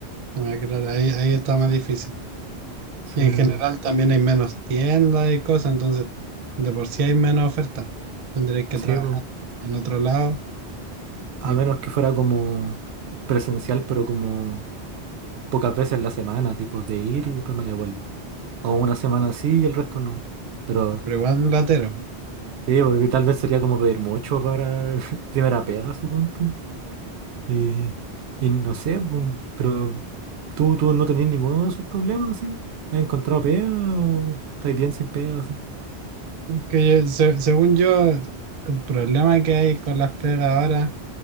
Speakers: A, on the right; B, on the right.
A: Ah, claro, ahí, ahí está más difícil.
B: Sí,
A: Y en general
B: pero,
A: también hay menos tiendas y cosas, entonces de por sí hay menos oferta. po. Tendréis que
B: sí,
A: trabajar
B: pues.
A: en otro lado,
B: A
A: y,
B: menos que fuera como presencial, pero como pocas veces en la semana, tipo de ir y después me devuelvo. O una semana así y el resto no. Pero
A: pero igual latero.
B: sí, porque tal vez sería como pedir mucho para <laughs> primera pega, suponte. Y, y no sé, pues, pero tú, tú no tenés ninguno de esos problemas, ¿sí? ¿Has encontrado pega o estás bien sin pega, sí?
A: Que yo- se- según yo, el problema que hay con las pegas ahora